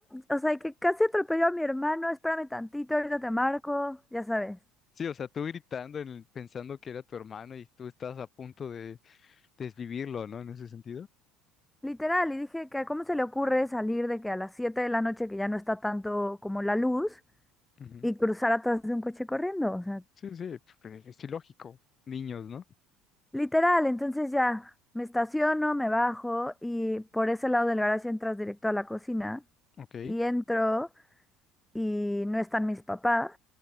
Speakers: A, in the centre; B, on the left.
A: o sea, que casi atropelló a mi hermano, espérame tantito, ahorita te marco, ya sabes.
B: Sí, o sea, tú gritando, en el- pensando que era tu hermano y tú estás a punto de desvivirlo, ¿no? En ese sentido.
A: Literal, y dije que cómo se le ocurre salir de que a las 7 de la noche que ya no está tanto como la luz
B: Ujú.
A: y cruzar atrás de un coche corriendo, o sea,
B: Sí, sí, porque es ilógico. Niños, ¿no?
A: Literal, entonces ya me estaciono, me bajo y por ese lado del garaje entras directo a la cocina
B: Ok.
A: y entro y no están mis papás